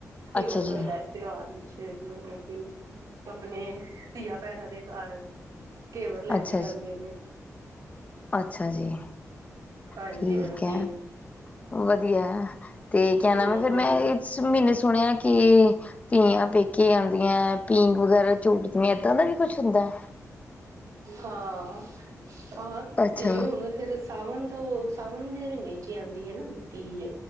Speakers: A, on the right; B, on the left.
A: ਘੇਵਰ
B: ਅੱਛਾ
A: ਬਣਦਾ।
B: ਜੀ
A: ਤਿਉਹਾਰ ਵਿੱਚ ਜਿਵੇਂ ਲੋਕੀ ਆਪਣੇ ਧੀਆਂ ਭੈਣਾਂ ਦੇ ਘਰ। ਘੇਵਰ ਲੈ
B: ਅੱਛਾ
A: ਕੇ ਜਾਂਦੇ
B: ਜੀ
A: ਨੇ।
B: ਅੱਛਾ ਜੀ।
A: ਹਾਂਜੀ
B: ਠੀਕ
A: ਹਾਂਜੀ
B: ਹੈ, ਵਧੀਆ ਤੇ ਕਹਿਣਾ
A: ਹੂੰ
B: ਵੈਂ ਫਿਰ
A: ਹੂੰ
B: ਮੈਂ। ਇਸ ਮਹੀਨੇ ਸੁਣਿਆ ਕਿ ਧੀਆਂ ਪੇਕੇ ਜਾਂਦੀਆਂ ਪੀਂਘ ਵਗੈਰਾ ਝੂਟ। ਜਿਵੇਂ ਇੱਦਾਂ ਦਾ ਵੀ ਕੁਛ ਹੁੰਦਾ।
A: ਹਾਂ, ਆਹ
B: ਅੱਛਾ।
A: ਇਹ ਜਿਵੇਂ ਹੁਣ ਫਿਰ। ਸਾਵਣ ਤੋਂ ਸਾਵਣ ਦੇ ਮਹੀਨੇ ਚ ਹੀ ਆਉਂਦੀ ਹੈ ਨਾ ਤੀਜ